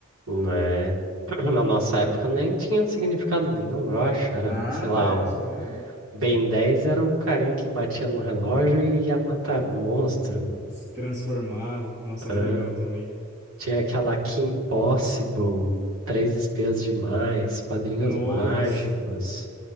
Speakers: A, on the right; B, on the right.
A: Não é- <clears throat> Na nossa
B: Então,
A: época nem tinha significado nenhum, eu acho. Era,
B: Nada,
A: sei lá,
B: era
A: o
B: só.
A: Ben 10 era o carinha que batia no relógio e ia matar monstro.
B: se transformava. Nossa,
A: Ah.
B: era legal também.
A: Tinha aquela Kim Possible, Três Espiãs Demais, Padrinhos
B: Nossa,
A: Mágicos,